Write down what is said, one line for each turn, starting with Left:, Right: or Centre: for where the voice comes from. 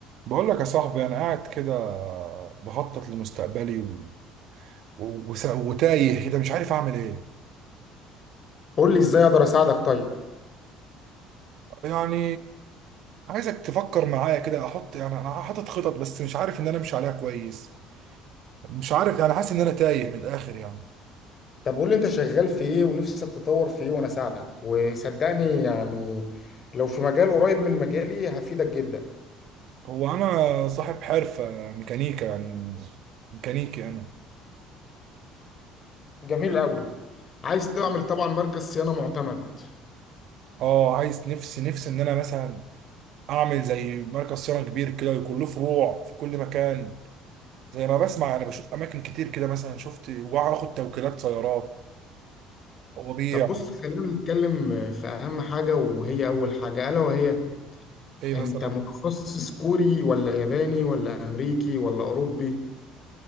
Right: بقول لك يا صاحبي انا قاعد كده بخطط لمستقبلي و... و... وس- وتايه كده مش عارف اعمل ايه
Left: قول لي ازاي اقدر اساعدك طيب
Right: يعني عايزك تفكر معايا كده احط يعني انا حاطط خطط بس مش عارف ان انا امشي عليها كويس مش عارف يعني حاسس ان انا تايه من الاخر يعني
Left: طب قول لي انت شغال في ايه ونفسك تطور في ايه وانا اساعدك وصدقني يعني لو في مجال قريب من مجالي هفيدك جدا
Right: هو انا صاحب حرفة ميكانيكا يعني ميكانيكي انا
Left: جميل قوي عايز تعمل طبعا مركز صيانة معتمد
Right: اه عايز نفسي نفسي ان انا مثلا اعمل زي مركز صيانة كبير كده ويكون له فروع في كل مكان زي ما بسمع انا بشوف اماكن كتير كده مثلا شفت واخد توكيلات سيارات وبيع
Left: طب بص خلينا نتكلم في اهم حاجة وهي اول حاجة الا وهي
Right: ايه
Left: انت
Right: مثلا
Left: متخصص كوري ولا ياباني ولا امريكي ولا اوروبي